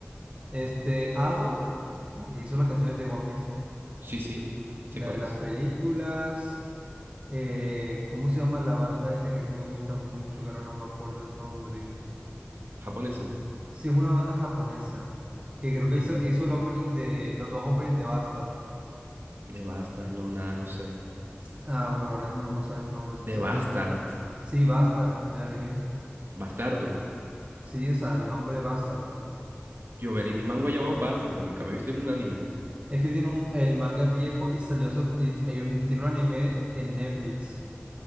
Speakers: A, on the right; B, on the right.
A: este Ado, la que hizo las canciones de One Piece,
B: Sí, sí, sé
A: la
B: cuál
A: de las
B: es.
A: películas. Eh, ¿cómo se llama la banda esta que a mí me gusta mucho? Que ahora no me acuerdo el nombre.
B: Japonesa.
A: Sí, es una banda japonesa que creo que hizo,
B: Mm,
A: hizo el opening de, los dos openings de Bastard.
B: de Bastard, no, nada, no sé.
A: Ah, bueno, ahora mismo no me sale el nombre, sinceramente.
B: De Bastard.
A: Sí, Bastard, el anime.
B: Bastardo.
A: Sí, o sea, el nombre de Bastard.
B: Yo veré un manga llamado Bastard, pero nunca me he visto en un anime.
A: Es que tiene un, el manga es viejo y salió, hace- y hay un- tiene un anime en Netflix.